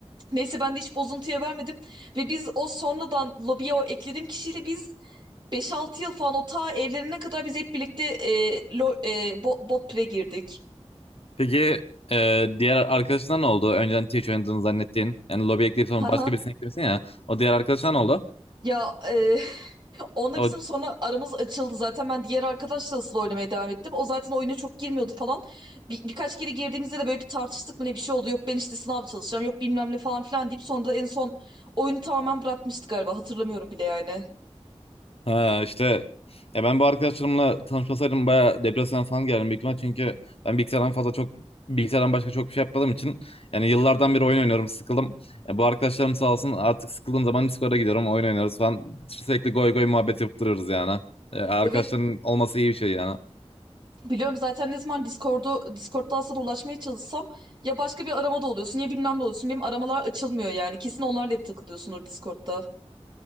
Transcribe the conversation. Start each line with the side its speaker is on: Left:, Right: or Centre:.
Right: Neyse ben de hiç bozuntuya vermedim. Ve biz o sonradan lobiye o eklediğim kişiyle biz Beş altı yıl falan o ta evlenene kadar biz hep birlikte e, lo, e, bo- bot pre girdik.
Left: Peki e, diğer arkadaşına ne oldu? Önceden Twitch oynadığını zannettiğin. Yani lobi ekleyip sonra
Right: Haha.
Left: başka birisini eklemişsin ya. O diğer arkadaşına ne oldu?
Right: Ya e, <laughs> onunla
Left: O
Right: bizim sonra aramız açıldı zaten. Ben diğer arkadaşla asıl oynamaya devam ettim. O zaten oyuna çok girmiyordu falan. Bir, birkaç kere girdiğimizde de böyle bir tartıştık mı ne bir şey oldu. Yok ben işte sınav çalışacağım. Yok bilmem ne falan filan deyip sonra da en son oyunu tamamen bırakmıştık galiba. Hatırlamıyorum bile yani.
Left: Ha işte ya ben bu arkadaşlarımla tanışmasaydım bayağı depresyona falan geldim büyük ihtimal çünkü ben bilgisayardan fazla çok bilgisayardan başka çok bir şey yapmadığım için yani yıllardan beri oyun oynuyorum sıkıldım. E, bu arkadaşlarım sağ olsun artık sıkıldığım zaman Discord'a gidiyorum oyun oynarız falan sürekli goy goy muhabbet yapıp yani. E, arkadaşların
Right: Evet
Left: olması iyi bir şey yani.
Right: Biliyorum zaten ne zaman Discord'u Discord'dan sana ulaşmaya çalışsam ya başka bir aramada oluyorsun ya bilmem ne oluyorsun. Benim aramalar açılmıyor yani. Kesin onlarla hep takılıyorsundur Discord'da.